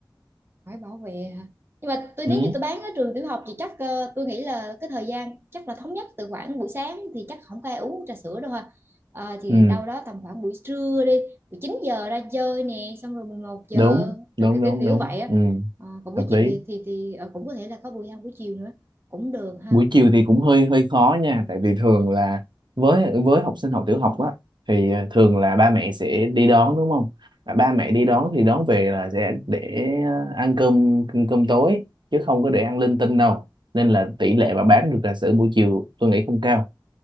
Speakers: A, on the right; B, on the right.
A: phải bảo vệ hả nhưng mà tôi nếu
B: ừ.
A: như tôi bán ở trường tiểu học thì chắc ờ, tôi nghĩ là cái thời gian chắc là thống nhất từ khoảng buổi sáng thì chắc không có ai uống trà sữa đâu ha Ờ, thì
B: Ừ.
A: đâu đó tầm khoảng buổi trưa đi buổi 9 giờ ra chơi nè xong rồi 11 giờ
B: đúng
A: rồi
B: đúng
A: kiểu
B: đúng
A: kiểu, kiểu
B: đúng
A: vậy á
B: ừ,
A: Ờ, còn buổi
B: hợp
A: chiều
B: lý
A: thì thì, thì ờ, cũng có thể là có buổi ăn buổi chiều nữa cũng được ha
B: buổi chiều thì cũng hơi hơi khó nha tại vì thường là với với học sinh học tiểu học á thì ờ, thường là ba mẹ sẽ đi đón đúng không Mà ba mẹ đi đón thì đón về là sẽ để ờ, ăn cơm cơm tối chứ không có để ăn linh tinh đâu nên là tỷ lệ mà bán được trà sữa buổi chiều tôi nghĩ không cao